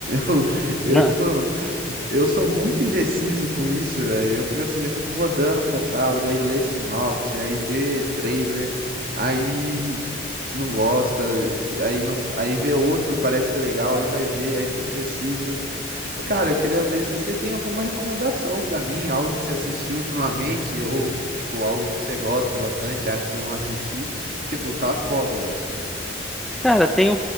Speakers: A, on the right; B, in the centre.
A: Eu,
B: Não.
A: eu tipo, Eu sou muito indeciso com isso, velho. Eu fico assim, eu fico rodando o catálogo, aí lê sinopse, aí vê trailer, aí não gosta, aí não, s- aí vê outro, parece ser legal, aí vai ver, aí fica indeciso. Cara, eu queria ver se você tem alguma recomendação pra mim, algo que você assistiu ultimamente, ou tipo, algo que você gosta bastante, acho que eu não assisti, porque, pô, tá foda, velho.
B: Cara, tem um,